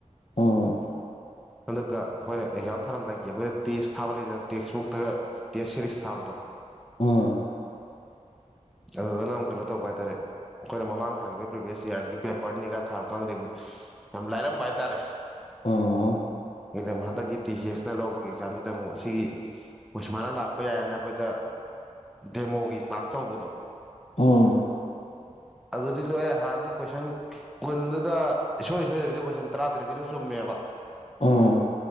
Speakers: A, on the left (about 55°); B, in the centre.
A: ꯎꯝ
B: ꯑꯗꯨꯒ ꯑꯩꯈꯣꯏꯅ ꯑꯦꯛꯖꯥꯝ ꯊꯥꯔꯝꯗꯥꯏꯒꯤ ꯑꯩꯈꯣꯏꯅ ꯇꯦꯁ ꯊꯥꯕ ꯂꯩꯗꯅ ꯇꯦꯛꯁꯕꯨꯛꯇꯒ ꯇꯦꯁ ꯁꯦꯔꯤꯁ ꯊꯥꯕꯗꯣ
A: ꯎꯝ
B: ꯑꯗꯨꯗꯨꯅ ꯀꯩꯅꯣ ꯇꯧꯕ ꯍꯥꯏ ꯇꯔꯦ ꯑꯩꯈꯣꯏꯅ ꯃꯃꯥꯡ ꯊꯥꯈꯤꯕ ꯄ꯭ꯔꯤꯚꯤꯌꯁ ꯏꯌꯥꯔꯒꯤ ꯄꯦꯄꯔꯅꯤꯒ ꯊꯥꯔꯨ ꯀꯥꯟꯗꯗꯤ ꯑꯃꯨꯛ ꯌꯥꯝ ꯂꯥꯏꯔꯝꯕ ꯍꯥꯏꯇꯥꯔꯦ
A: ꯑꯣ ꯑꯣ
B: ꯑꯦꯛꯖꯥꯝ ꯍꯟꯗꯛꯀꯤ ꯇꯤ ꯁꯤ ꯑꯦꯁꯇ ꯂꯧꯕꯒꯤ ꯑꯦꯛꯖꯥꯝꯁꯤꯗ ꯑꯃꯨꯛ ꯁꯤꯒꯤ ꯃꯣꯏ ꯁꯨꯃꯥꯏꯅ ꯂꯥꯛꯄ ꯌꯥꯏꯌꯦꯅ ꯑꯩꯈꯣꯏꯗ ꯗꯦꯃꯣꯒꯤ ꯀ꯭ꯂꯥꯁ ꯇꯧꯕꯗꯣ
A: ꯎꯝ <inaudible>
B: ꯑꯗꯨꯗꯤ ꯂꯣꯏꯔꯦ ꯍꯥꯟꯅꯗꯤ ꯀꯣꯏꯁꯟ ꯀꯨꯟꯗꯨꯗ ꯏꯁꯣꯏ ꯁꯣꯏꯗꯕꯤꯗ ꯀꯣꯏꯁꯟ ꯇꯔꯥꯇꯔꯦꯠꯗꯤ ꯂꯣꯏ ꯆꯨꯝꯃꯦꯕ
A: ꯑꯥ